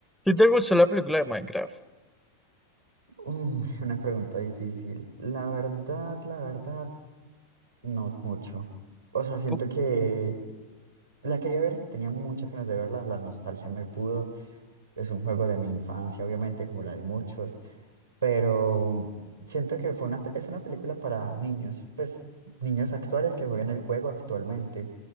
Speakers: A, in the centre; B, on the right.
A: ¿Sí te gustó la película de Minecraft?
B: Mm, una pregunta difícil. La verdad, la verdad, no mucho. O sea, siento
A: Pu-
B: que la quería ver, tenía muchas ganas de verla, la nostalgia me pudo. Es un juego de mi infancia, obviamente, como la de muchos, pero siento que fue una, pe- es una película para niños, pues niños actuales que juegan el juego actualmente